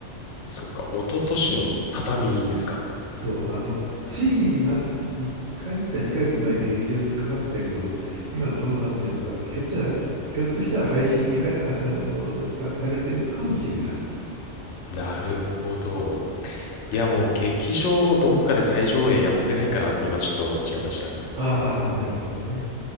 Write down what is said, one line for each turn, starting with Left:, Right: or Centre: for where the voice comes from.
Left: そっか、一昨年の畳ですか。
Right: そう、あの、ついな、
Left: な、
Right: 1ヶ月か2ヶ月前劇場にかかったけど、今どうなってるか、ひょっとしたら、ひょっとしたら配信には、あの、さ、されてるかもしれない。
Left: なるほど。いや、もう劇場、どっかで再上映やってないかなって今ちょっと思っちゃいました。
Right: ああ、なるほどね。